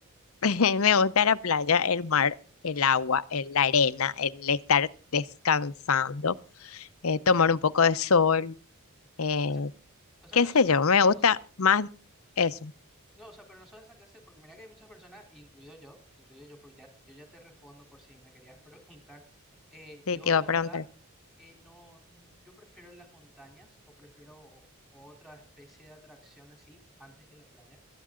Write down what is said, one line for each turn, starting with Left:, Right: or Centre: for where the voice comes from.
Left: <laughs> Me gusta la playa, el mar, el agua, el- la arena, el estar descansando, eh, tomar un poco de sol,
Centre: Ujú.
Left: eh,
Centre: O sea, o sea,
Left: qué
Centre: nosotros,
Left: sé yo.
Centre: noso-
Left: Me gusta
Centre: no, so,
Left: más eso.
Centre: no, o sea, pero nosotros esa clase, porque mira que hay muchas personas, incluido yo, incluido yo, porque ya, yo ya te respondo por si me querías <laughs> preguntar. Eh,
Left: Sí,
Centre: yo,
Left: te iba
Centre: la
Left: a preguntar.
Centre: verdad, eh, no, yo prefiero las montañas o prefiero o- otra especie de atracción así antes de la playa.